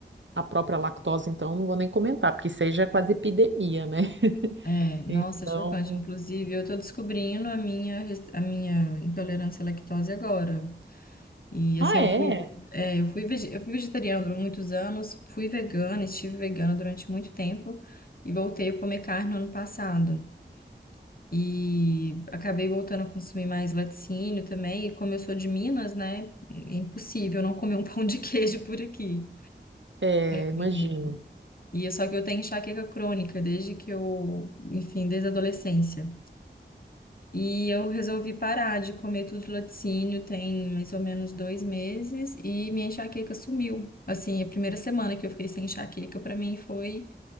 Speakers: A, on the right; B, on the left.
A: a própria lactose, então não vou nem comentar, porque isso aí já é quase epidemia, né? <laughs>
B: É, nossa,
A: Então.
B: chocante. Inclusive, eu tô descobrindo a minha, res- a minha intolerância à lactose agora. E assim,
A: Ah,
B: eu
A: é?
B: fui, é, eu fui, vege- eu fui vegetariana durante muitos anos, fui vegana, estive vegana durante muito tempo e voltei a comer carne no ano passado. E acabei voltando a consumir mais laticínio também. E como eu sou de Minas, né? É impossível não comer um <laughs> pão de queijo por aqui.
A: É, imagino.
B: E e é só que eu tenho enxaqueca crônica desde que eu, enfim, desde a adolescência. E eu resolvi parar de comer tudo de laticínio tem mais ou menos dois meses e minha enxaqueca sumiu. Assim, a primeira semana que eu fiquei sem enxaqueca, para mim foi